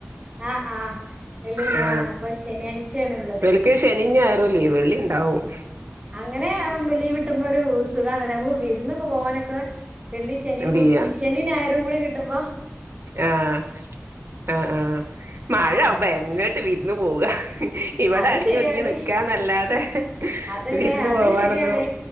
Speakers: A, on the right; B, on the right.
A: ആഹ് ആഹ് വെള്ളി ലീവാണ്
B: ആ
A: അപ്പൊ ശനിയാഴ്ചയാണ് ഇള്ളത്
B: ഇവൽക്ക് ശനി ഞായർ ഒരു ലീവ് വെള്ളി ഇണ്ടാവും
A: അങ്ങനെ ലീവ് ഇട്ടുമ്പോ ഒരു സുഖമാല്ല നമുക്ക് വിരുന്നൊക്കെ പോകാനൊക്കെ വെള്ളി ശനി കൂട്,
B: വീയാൻ
A: ശനി ഞായറും കൂടി കിട്ടുംപോ
B: ആഹ് ആഹ് ആഹ് മഴാവുബോ
A: ആഹ്
B: എങ്ങട്ട് വിര്ന്ന് പോവ ഇവിടെ
A: അത്
B: അടിങ്ങി
A: ശരിയാണ്
B: ഒതുങ്ങി നിക്കാന്നല്ലാതെ
A: അതന്നെ
B: വിരുന്ന്
A: അത്
B: പോവാനന്നു
A: ശരിയാണ്